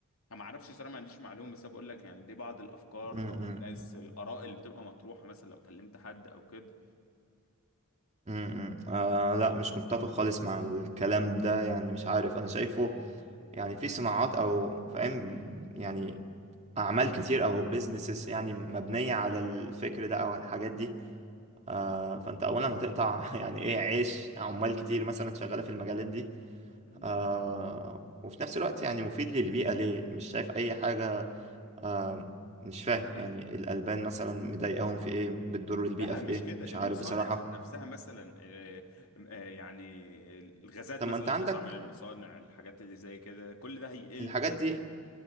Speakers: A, on the left; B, on the right.
A: انا ما اعرفش صراحه ما عنديش معلومه بس أنا بقول لك يعني دي بعض الافكار
B: م-م.
A: او الناس الاراء اللي بتبقى مطروحه مثلا لو كلمت حد او كده
B: م-م. آه لا مش متفق خالص مع الكلام ده يعني مش عارف انا شايفه يعني في صناعات او فاهم يعني اعمال كتير او بيزنسز يعني مبنية على الفكر ده او على الحاجات دي آه، فانت اولا هتقطع <laughs> يعني ايه عيش عمال كتير مثلا شغاله في المجالات دي
A: مم.
B: آه، وفي نفس الوقت يعني مفيد للبيئه ليه مش شايف اي حاجه آه، مش فاهم يعني الالبان مثلا مضايقاهم في ايه بتضر البيئه
A: لا
B: في
A: مش
B: ايه
A: كده
B: مش
A: المصانع
B: عارف بصراحه
A: ذات نفسها مثلا آه، آه، يعني الغازات
B: طب
A: مثلا
B: ما انت
A: اللي
B: عندك
A: بتطلع من المصانع الحاجات اللي زي كده كل ده هيقل
B: الحاجات
A: فاهمني
B: دي